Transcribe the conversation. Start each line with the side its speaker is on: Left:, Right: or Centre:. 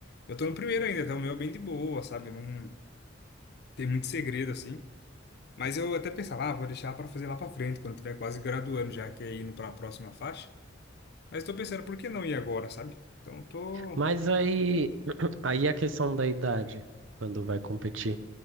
Left: Eu tô no primeiro ainda, então o meu é bem de boa, sabe? Não tem muito segredo assim. Mas eu até pensava, ah, vou deixar para fazer lá para frente, quando tiver quase graduando, já que é indo para a próxima faixa. Mas estou pensando, por que não ir agora, sabe? Então tô.
Right: Mas aí, <clears throat> aí a questão da idade, quando vai competir,